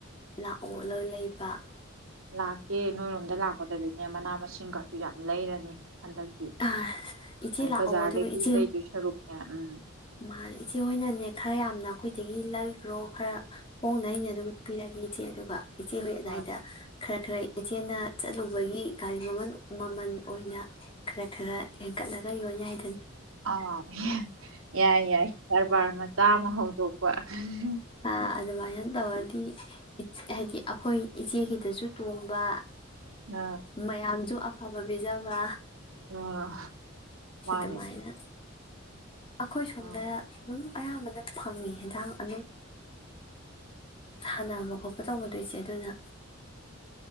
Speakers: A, on the left; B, on the right.
A: ꯂꯥꯛꯑꯣ ꯂꯣꯏ ꯂꯩꯕ
B: ꯂꯥꯛꯀꯦ ꯅꯣꯏꯔꯣꯝꯗ ꯂꯥꯛꯄꯗꯗꯒꯤꯅꯦ ꯃꯅꯥ ꯃꯁꯤꯡꯒꯁꯨ ꯌꯥꯝ ꯂꯩꯔꯅꯤ ꯍꯟꯗꯛꯇꯤ
A: ꯑ ꯏꯆꯦ ꯂꯥꯛꯑꯣ
B: ꯕꯖꯥꯔꯗꯒꯤ
A: ꯑꯗꯨꯒ ꯏꯆꯦ
B: ꯂꯩꯗꯣꯏ ꯁꯔꯨꯛꯅꯦ ꯎꯝ
A: ꯃꯥꯅꯦ ꯏꯆꯦ ꯍꯣꯏꯅꯅꯦ ꯈꯔ ꯌꯥꯝꯅ ꯑꯩꯈꯣꯏ ꯑꯗꯒꯤ ꯂꯩꯥꯏꯈ꯭ꯔꯣ ꯈꯔ--꯫ ꯍꯣꯡꯅ ꯑꯩꯅ ꯑꯗꯨꯝ ꯄꯤꯔꯒꯦ ꯏꯆꯦ ꯑꯗꯨꯒ ꯏꯆꯦꯍꯣꯏ ꯑꯗꯥꯏꯗ
B: ꯍꯣꯏ
A: ꯈꯔ ꯈꯔ ꯏꯆꯦꯅ ꯆꯠꯂꯨꯕꯒꯤ ꯒꯥꯔꯤ ꯃꯃꯜ ꯃꯃꯜ ꯑꯣꯏꯅ ꯈꯔ ꯈꯔ ꯍꯦꯟꯒꯠꯂꯒ ꯌꯣꯟ ꯌꯥꯏ
B: ꯑꯥ ꯌꯥꯏ ꯌꯥꯏ ꯀꯔꯕꯥꯔ ꯃꯆꯥ ꯑꯃ ꯍꯧꯗꯣꯛ <unintelligible>
A: ꯑꯥ ꯑꯗꯨꯃꯥꯏꯅ ꯇꯧꯔꯗꯤ ꯍꯥꯏꯗꯤ ꯑꯩꯈꯣꯏ ꯏꯆꯦꯒꯤꯗꯁꯨ ꯇꯣꯡꯕ
B: ꯑ
A: ꯃꯌꯥꯝꯁꯨ ꯑꯐꯕꯥ ꯄꯤꯖꯕ
B: ꯑ ꯃꯥꯅꯦ
A: ꯑꯗꯨꯃꯥꯏꯅ ꯑꯩꯈꯣꯏ ꯁꯣꯝꯗ
B: ꯎꯝ
A: ꯑꯗꯨꯝ ꯑꯌꯥꯝꯕꯅ ꯐꯪꯏ ꯍꯦꯟꯖꯥꯡ ꯑꯗꯨꯝ ꯊꯥꯟꯅꯕ ꯈꯣꯠꯄ ꯇꯧꯕ ꯑꯗꯨꯏꯁꯦ ꯑꯗꯨꯅ